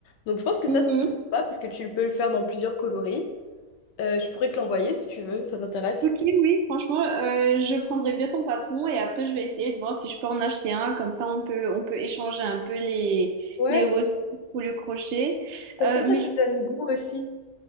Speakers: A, on the left; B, on the right.
A: Donc je pense que
B: Mhm.
A: ça, ça serait sympa parce que tu peux le faire dans plusieurs coloris. Euh, je pourrais te l'envoyer si tu veux, ça t'intéresse.
B: Ok, oui, franchement, euh, je prendrai bien ton patron et après je vais essayer de voir si je peux en acheter un. Comme ça, on peut, on peut échanger un peu les,
A: Ouais,
B: les ressources pour le crochet.
A: comme
B: Euh,
A: ça, ça
B: mais
A: te
B: je-
A: donne goût aussi.